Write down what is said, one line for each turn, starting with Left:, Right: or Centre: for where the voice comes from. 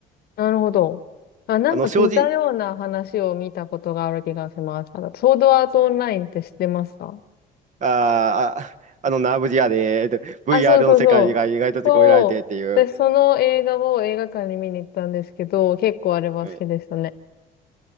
Left: なるほど。あ、なんか似たような話を見たことがある気がします。
Right: あの正直、
Left: あのソードアートオンラインって知ってますか
Right: あーあ、<laughs> あの、ナーブリアで、えっと VR
Left: あ、そうそうそう。
Right: の世界が意外と閉じ込められてっていう、
Left: そう。で、その映画を映画館に見に行ったんですけど、結構あれは好きでしたね。
Right: うん